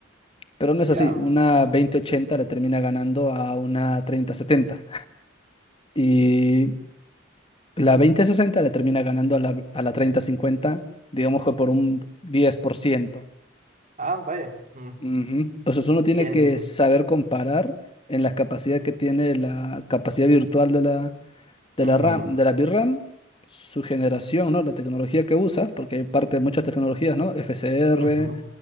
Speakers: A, on the left; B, on the right.
A: Pero no es
B: ya.
A: así, una veinte ochenta le termina ganando a una treinta setenta y la veinte sesenta le termina ganando a la, a la treinta cincuenta, digamos que por un 10%.
B: Ah, vaya. Mm.
A: Ujú. Pues eso uno tiene
B: Y en...
A: que saber comparar en la capacidad que tiene la capacidad virtual de la, de
B: mm,
A: la RAM, de la VRAM, su generación, ¿no? La tecnología que usa, porque hay parte de muchas tecnologías, ¿no? FSR,
B: ujú,